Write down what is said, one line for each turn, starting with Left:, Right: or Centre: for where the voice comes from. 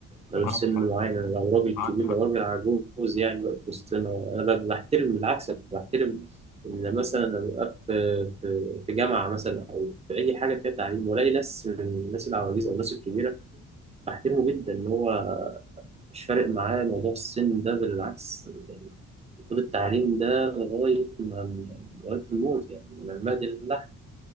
Right: ملوش
Left: معك
Right: سن
Left: حق
Right: معين أنا لو راجل
Left: معك
Right: كبير
Left: حق
Right: لو راجل عجوز يعني واقف وسطنا انا ب- بحترم بالعكس أنا بحترم ان مثلا لما ببقى في في في جامعه مثلا او في اي حاجه فيها تعليم والاقي ناس من الناس العواجيز او الناس الكبيره بحترمه جدا ان هو مش فارق معاه موضوع السن ده بالعكس يعني المفروض التعليم ده لغايه ما لغايه الموت يعني من المهد لله